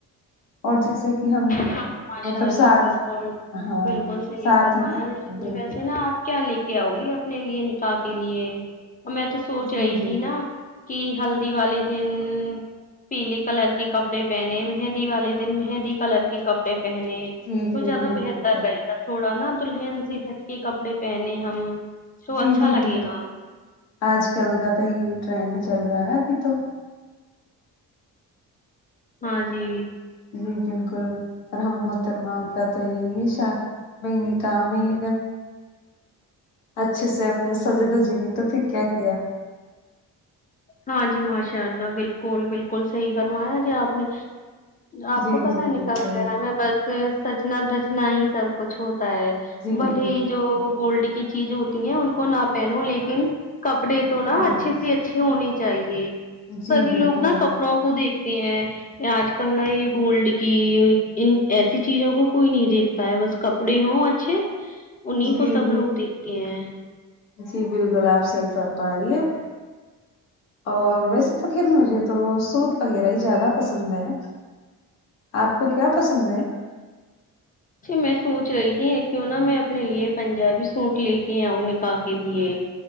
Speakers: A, on the left; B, on the left.
A: اور جیسے کہ ہم
B: ہاں ماشاء
A: مطلب
B: اللہ
A: ساتھ
B: بالکل
A: ہاں
B: بالکل صحیح
A: ساتھ
B: فرمایا
A: میں
B: ویسے
A: بالکل
B: ہے نا آپ کیا لے کے آؤ گی اپنے لیے نکاح کے لیے میں تو سونچ
A: جی
B: رہی
A: جی
B: تھی نا کہ ہلدی والے دن پیلی کلر کے کپڑے پہنے مہندی والے دن مہندی کلر کے کپڑے پہنے
A: جی
B: تو
A: جی
B: زیادہ
A: جی
B: بہتر
A: بالکل
B: رہے گا تھوڑا نا دلہن سے ہٹ کے کپڑے پہنے ہم سب
A: جی
B: اچھا
A: جی
B: لگے
A: بالکل
B: گا
A: آج کل کا تو یہی ٹرینڈ میں چل رہا ہے ابھی تو
B: ہاں جی
A: جی بالکل رحم محترما کا تو یہی شاب بھاںی نکاح میں اگر اچھے سے اپنے سجے دجے نہیں تو پھر کیا کیا
B: ہاں جی ماشاء اللہ بالکل بالکل صحیح فرمایا جی آپ نے آپ
A: جی
B: کو پتہ
A: جی
B: ہے
A: بالکل
B: نکاح وغیرہ میں بس سجنا دجنا ہی سب کچھ ہوتا ہے
A: جی جی
B: بھلے
A: بالکل
B: جو گولڈ کی چیز ہوتی ہیں ان کو نہ پہنو لیکن کپڑے تو
A: جی
B: نا اچھے
A: جی
B: سے اچھے ہونے چاہیے
A: جی
B: سبھی
A: بالکل
B: لوگ نا کپڑوں کو دیکھتے ہیں آج کل نا یہ گولڈ کی ان ایسی چیزوں کو کوئی نہیں دیکھتا ہوتا ہے بس کپڑے ہوں اچھے انہیں
A: جی
B: کو سب
A: جی
B: لوگ دیکھتے ہیں
A: جی بالکل آپ صحیح فر پا رہی ہے اور ویسے تو پھر مجھے تو سوٹ وغیرہ ہی زیادہ پسند ہے آپ کو کیا پسند ہے
B: میں سوچ رہی تھی کیوں نہ میں اپنے لیے پنجابی سوٹ لے کے آؤں نکاح کے لیے